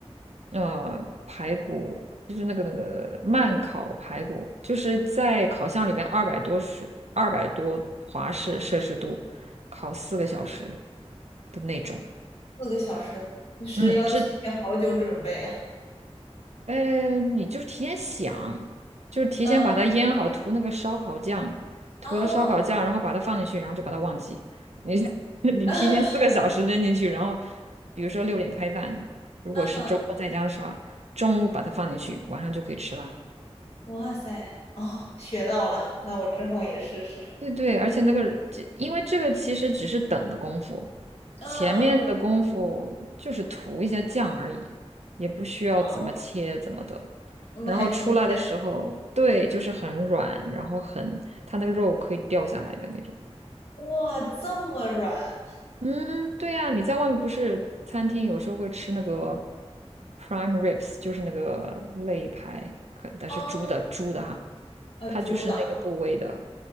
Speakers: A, on the right (about 80°); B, on the left (about 60°).
A: 呃，排骨，就是那个那个慢烤排骨，就是在烤箱里边二百多是二百多华氏摄氏度烤四个小时的那种。
B: 四个小时，是要提前好久准备啊，
A: 嗯，这。呃，你就是提前想，就是提前把它腌好，
B: 嗯，
A: 涂那个烧烤酱，涂了烧烤酱，
B: 哦，
A: 然后把它放进去，然后就把它忘记。你 <laughs> 你提前四个小时扔进去，
B: <laughs>
A: 然后比如说六点开饭，如果是周末在家的时候啊，
B: 啊哈。<laughs>
A: 中午把它放进去，晚上就可以吃啦。
B: 哇塞，哦，学到了，那我之后也试试。
A: 对对，而且那个这，因为这个其实只是等的功夫，
B: 嗯嗯嗯，
A: 前面的功夫就是涂一下酱而已，也不需要怎么切怎么的。
B: 哦，那还挺简单。
A: 然后出来的时候，对，就是很软，然后很，它那个肉可以掉下来的那种。
B: 哇，这么软
A: 嗯，对呀，你在外面不是餐厅有时候会吃那个 prime ribs，就是那个肋排，可但是猪的猪的哈，
B: 哦，呃，
A: 它就是那个部位的。
B: 猪掌